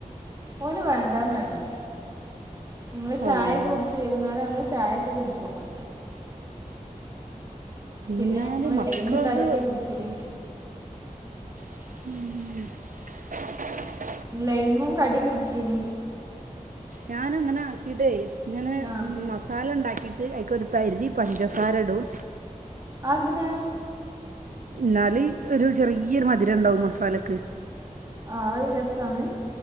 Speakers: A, on the right; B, on the right.
A: ഓന് വേണ്ടന്നർന്ന് നിങ്ങള്ൾ ചായെക്കെ
B: അള്ളാ
A: കുടിച്ചു വെക്കുന്നോരമ്പേ ചായൊക്കെ കുടിച് <unintelligible> പിന്നെ
B: എന്നാലും
A: ഞങ്ങള്
B: മക്കൾക്ക്
A: ലൈ്മ്ണ്ടാക്കി കുടിച്ചിന്
B: ഉം
A: ലൈമ്മും കടീംകുടിച്ചീനി
B: ഞാനങ്ങനെ ആക്കിടെ ഇങ്ങനെ
A: ആഹ്
B: മസാലണ്ടാക്കി <unintelligible> ക്ക് ഒര്ത്തരി പഞ്ചസാര്ടും
A: ആന്തിനാ
B: ന്നാല് ഒരു ചെറിയൊരു മധുരണ്ടാവും മസ പലക്
A: ആഹ് അത് രസാണ്